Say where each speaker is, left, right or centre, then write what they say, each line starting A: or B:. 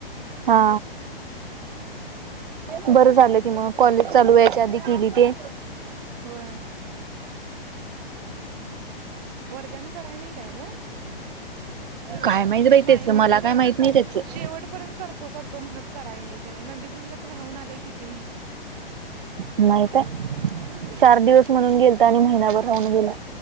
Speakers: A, on the right; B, on the right.
A: हा बरं
B: हम्म
A: झालं की मग. कॉलेज चालू याच्या आधी केली ते.
B: होय. वरद्यानं करायनी काय ग.
A: काय
B: त्यांना
A: माहित बाई
B: नाही
A: त्याच
B: वाटतं
A: मला
B: कराय
A: काय माहित नाही त्याच
B: शेवट पर्यंत करतो करतो. तो म्हणत कराय नाही त्याने नंदीगुडलाच राहून आलेय किती महिने.
A: माहित आहे चार दिवस म्हणून गेलता आणि महिनाभर राहून गेला.